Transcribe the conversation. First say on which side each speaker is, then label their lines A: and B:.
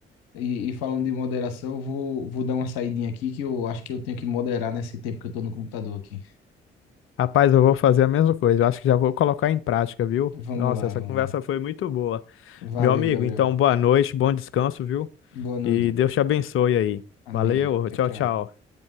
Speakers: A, on the left; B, on the left.
A: E, e falando de moderação, eu vou, vou dar uma saidinha aqui que eu acho que eu tenho que moderar nesse tempo que eu tô no computador aqui.
B: Rapaz, eu vou fazer a mesma coisa. Eu acho que já vou colocar em prática, viu?
A: Vamos
B: Nossa,
A: lá,
B: essa
A: vamos
B: conversa
A: lá.
B: foi muito boa.
A: Valeu,
B: Meu amigo,
A: Gabriel.
B: então boa noite, bom descanso, viu?
A: Boa noite.
B: E Deus te abençoe aí.
A: Amém.
B: Valeu,
A: Tchau,
B: tchau,
A: tchau.
B: tchau.